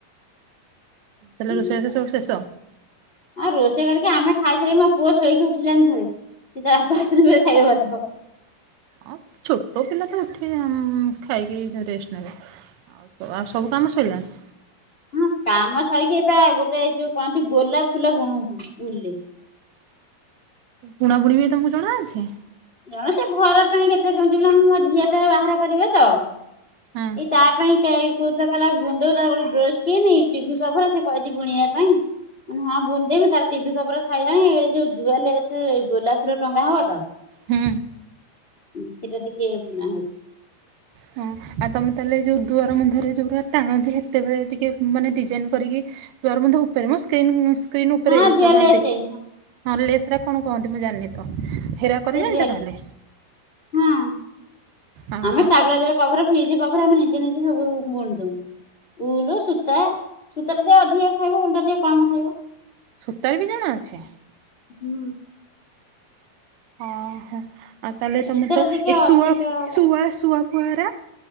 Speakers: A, on the right; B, on the left.
A: ତାହେଲେ
B: <unintelligible>
A: ରୋଷେଇବାସ ସବୁ ଶେଷ?
B: ରୋଷେଇ କରିକି ଆମେ ଖାଇସାରି ମୋ ପୁଅ ଶୋଇକି ଉଠିଲାନି ଥରେ। ସିଏ ତା ବାପା ଆସିନେ ଫେର୍ ଖାଇବ ଭାତ।
A: ଆଉ ଛୋଟ ପିଲା ତ ଉଠି ଉମ ଖାଇକି ରେଷ୍ଟ ନେବେ। ଆଉ ତ ଆ ସବୁ କାମ ସଇଲାଣି?
B: ହଁ କାମ ସାରିକି ଏ ବା ଗୋଟେ ଯୋଉ କହନ୍ତି, ଗୋଲାପ ଫୁଲ ବୁଣୁଚି ଉଲ୍ ରେ।
A: ବୁଣାବୁଣି ବି ତମକୁ ଜଣା ଅଛି?
B: ଜଣ ସେ ଘର ପାଇଁ କେତେ କେମିତି ବୁଣେ ମୋ ଝିଅ ଟାରେ ବାହାର କରିବେ ତ।
A: ହଁ
B: ଏଇ ତା ପାଇଁ କେ କୋଉଥିଲା କଇଲା ବୁଣିଦବୁ, ତାର ଗୋଟେ ଡ୍ରେସ କିନି ଟିଭି କଭର ସେ କହିଚି ବୁଣିବା ପାଇଁ। ମୁଁ କନି ହଁ ବୁଣିଦେମ ତାର ଟିଭି କଭର ସଇଲାଣି। ଏଇ ଯୋଉ ଦୁଆଲେସେ ଗୋଲାପ ଫୁଲ ଟଙ୍ଗା ହବ ତ।
A: ହୁଁ।
B: ସେଟା ଟିକେ ବୁଣା ହଉଚି।
A: ହଁ। ଆଉ ତମେ ତାହେଲେ ଯୋଉ ଦୁଆର ବନ୍ଧରେ ଯୌରା ଟାଣନ୍ତି ସେତେବେଳେ ଟିକେ ମାନେ ଡିଜାଇନ୍ କରିକି ଦୁଆର ବନ୍ଧ ଉପରେ ମ ସ୍କ୍ରିନ୍ ସ୍କ୍ରିନ୍ ଉପରେ
B: ହଁ ଦୁଆ
A: ଲଗାନ୍ତି।
B: ଲେସ୍ ହଁ।
A: ହଁ ଲେଶ୍ ରା କଣ କୁହନ୍ତି ମୁଁ ଜାଣିନି ତ। ହେରା କରି
B: ସେ <unintelligible>
A: ଜାଣିଛ ତାହେଲେ
B: ହଁ
A: ଅହ।
B: ଆମ ଷ୍ଟାବେଲାଇଯର କଭର ଫିଜ କଭର ଆମେ ନିଜେ ନିଜେ ସବୁ ବୁଣୁଦମୁ। ଉଲୁ ସୂତା ସୂତାଟ ଟିକେ ଅଧିକ ଖାଇବ ଉଲଟା ଟିକେ କମ ଖାଇବ।
A: ସୂତାରେ ବି ଜଣା ଅଛି।
B: ହୁଁ।
A: ଓହୋ ଆଉ ତାହେଲେ
B: ସୂତାଟା
A: ତମେ ତ
B: ଟିକେ
A: ଏ ଶୁଆ
B: ଅଧିକ
A: ଶୁଆ ଶୁଆ ଫୁଆରା?